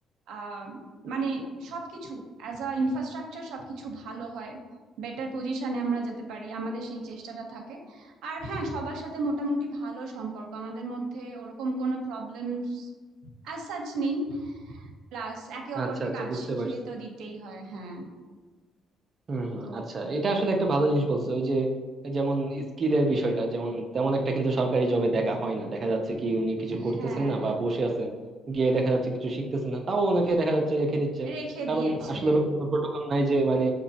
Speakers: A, on the right; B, on the right.
A: আহ মানে সবকিছু অ্যাজ আ ইনফ্রাস্ট্রাকচার সবকিছু ভালো হয় বেটার পজিশনে আমরা যেতে পারি আমাদের সেই চেষ্টাটা থাকে আর হ্যাঁ সবার সাথে মোটামুটি ভালো সম্পর্ক আমাদের মধ্যে ওরকম কোনো প্রবলেমস অ্যাজ সাচ নেই প্লাস একে অপরকে
B: আচ্ছা আচ্ছা
A: কাজ
B: বুঝতে
A: শিখিয়ে
B: পারছি
A: তো দিতেই হয় হ্যাঁ
B: হুম হুম
A: তো
B: আচ্ছা এটা আসলে একটা ভালো জিনিস বলছো ওই যে যেমন স্কিলের বিষয়টা যেমন তেমন একটা কিন্তু সরকারি জবে দেখা হয় না দেখা যাচ্ছে কি উনি কিছু করতেছেন
A: হ্যাঁ
B: না বা বসে আছেন গিয়ে দেখা যাচ্ছে কিছু শিখতেছেন না তাও ওনাকে দেখা যাচ্ছে রেখে দিচ্ছে
A: রেখে
B: কারণ
A: দিয়েছে
B: আসলে ওরকম কোনো প্রোটোকল নাই যে মানে